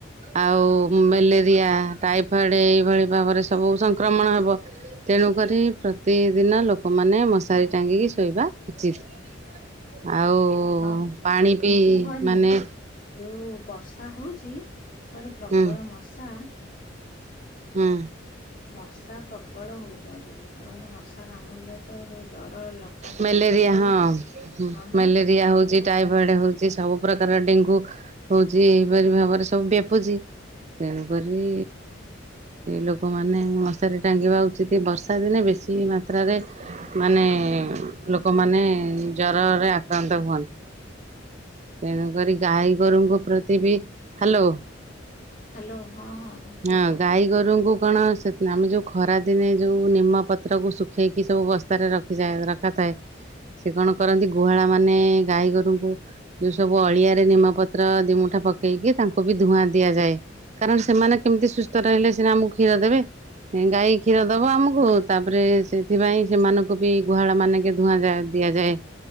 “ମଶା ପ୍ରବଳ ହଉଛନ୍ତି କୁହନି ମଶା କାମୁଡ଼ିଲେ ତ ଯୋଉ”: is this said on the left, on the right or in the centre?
Left